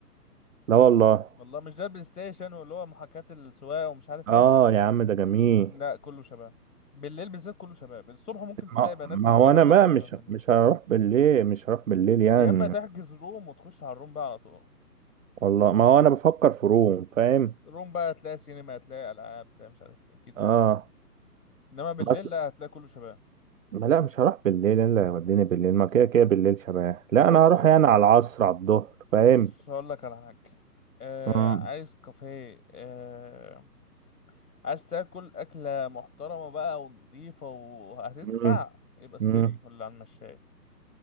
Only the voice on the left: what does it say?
والله مش ده البلاي ستيشن واللي هو محاكاة السواقه ومش عارف
ايه
لا كله شباب بالليل بالذات كله شباب الصبح ممكن تلاقي
بنات
من الجامعه
مثلا
أو
حاجات من دي
يا اما تحجز روم وتخش على الروم بقى على طول
الروم بقى هتلاقي سينما هتلاقي العاب هتلاقي مش عارف ايه كده
يعني انما بالليل
لا هتلاقي كله شباب
بص
بص هقول لك على حاجة آه
عايز كافيه آه عايز تاكل أكلة محترمة بقى ونضيفة وهتدفع
يبقى ستيريو
ولا على المشاية